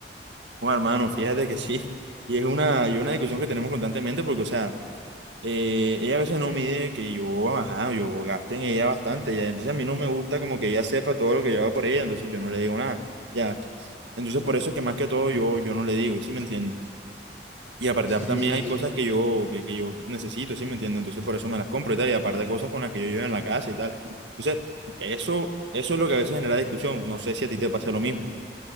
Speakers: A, on the right; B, on the left.
A: Bueno, hermano, fíjate que sí. Y es una, y una discusión que tenemos constantemente porque, o sea, eh, ella a veces no mide que yo, ajá, yo gasto en ella bastante, ya. Entonces a mí no me gusta como que ella sepa todo lo que yo hago por ella, entonces yo no le digo nada, ya. Entonces por eso es que más que todo yo, yo no le digo, ¿sí me entiende? Y aparte
B: Sí,
A: también
B: sí,
A: hay
B: sí.
A: cosas que yo, que, que yo necesito, ¿sí me entiende? Entonces por eso me las compro y tal, y aparte cosas con las que yo llevo en la casa y tal. Entonces, eso, eso es lo que a veces genera discusión. No sé si a ti te pasa lo mismo.